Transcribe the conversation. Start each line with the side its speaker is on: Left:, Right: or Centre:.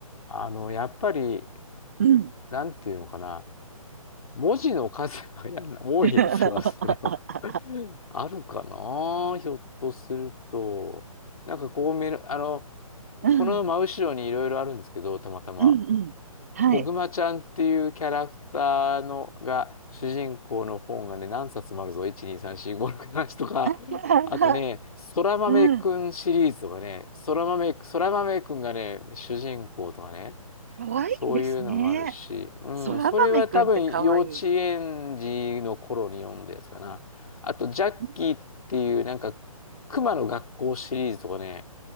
Left: あの、やっぱり、
Right: うん。
Left: なんていうのかな。文字の数がやな <laughs> 多いやつは、
Right: <laughs>
Left: それはあるかな。ひょっとすると。なんかこう目の、あの、
Right: うん。
Left: この真後ろにいろいろあるんですけど、たまたま。
Right: うん。うん。はい。
Left: こぐまちゃんっていうキャラクターのが主人公の本がね、何冊もあるぞ。1、2、3、4、5、6、7とか。
Right: うん。<laughs>
Left: あとね、そら豆くんシリーズとかね、
Right: うん
Left: そら豆、そら豆くんがね、主人公とかね、
Right: かわいいですね。
Left: そういうのもあるし、うん、
Right: そら豆くんってかわいい。
Left: それは多分幼稚園児の頃に読んだやつかな。あと、ジャッキーっていうなんか、
Right: うん
Left: 熊の学校シリーズとかね、